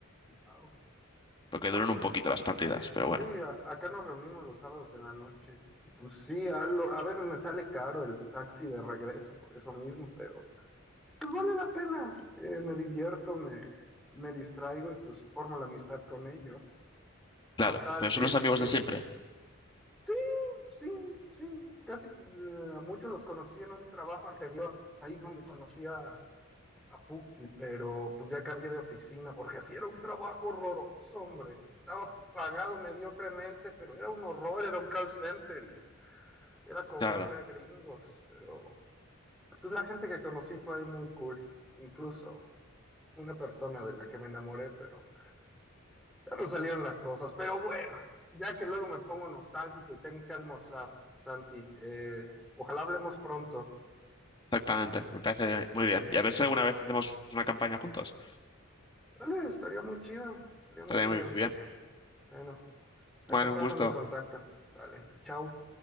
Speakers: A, in the centre; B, on the left (about 20°).
A: Au.
B: porque
A: No,
B: duran
A: pues
B: un poquito las partidas, pero bueno,
A: sí, a- acá nos reunimos los sábados en la noche. Y pues sí, a, lo- a veces me sale caro el taxi de regreso por eso mismo, pero... pues vale la pena. Eh, me divierto, me, me distraigo y pues formo la amistad con ellos.
B: claro,
A: Total,
B: pero son
A: este,
B: los amigos de siempre,
A: sí, sí, sí, casi eh, a muchos los conocí en un trabajo anterior, ahí donde conocí a, a Puki, pero pues ya cambié de oficina porque así era un trabajo horroroso, hombre. Estaba pagado mediocremente, pero era un horror, era un call center y era cobrarle
B: claro,
A: a gringos, pero pues la gente que conocí fue ahí muy cool. Incluso una persona de la que me enamoré, pero ya no salieron las cosas. Pero bueno, ya que luego me pongo nostálgico y tengo que almorzar, Santi, eh, ojalá hablemos pronto.
B: exactamente, me parece muy bien. Y a ver si alguna vez hacemos una campaña juntos,
A: Dale, estaría muy chido, estaría
B: estaría
A: muy chido.
B: muy bien.
A: Bueno, ahí
B: Bueno,
A: te paso
B: un gusto.
A: mi contacto. Sale, chao.